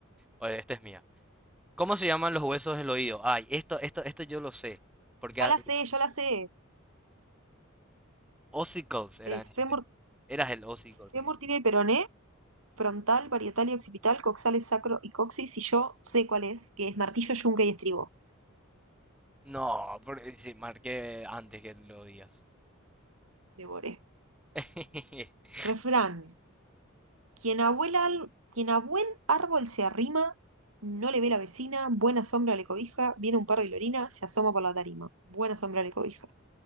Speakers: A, in the centre; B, on the right.
A: Oye, esta es mía. ¿Cómo se llaman los huesos del oído? Ay, esto, esto, esto yo lo sé. Porque
B: Ya
A: a-
B: la sé, ya la sé.
A: ossicles era
B: Es
A: en
B: fémur,
A: inglés. Eras el ossicles
B: fémur,
A: en inglés.
B: tibia y peroné, frontal, parietal y occipital, coxales, sacro y coxis. Y yo sé cuál es, que es martillo, yunque y estribo.
A: No, porque sí, marqué antes que lo digas.
B: Devoré.
A: <laughs>
B: Refrán. Quien a buen al- quien a buen árbol se arrima, no le ve la vecina, buena sombra le cobija, viene un perro y lo orina, se asoma por la tarima. Buena sombra le cobija.